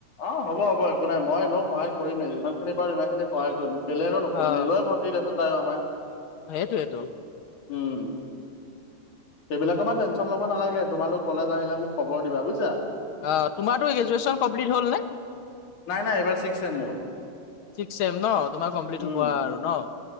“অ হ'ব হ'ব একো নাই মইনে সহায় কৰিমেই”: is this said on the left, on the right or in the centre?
Left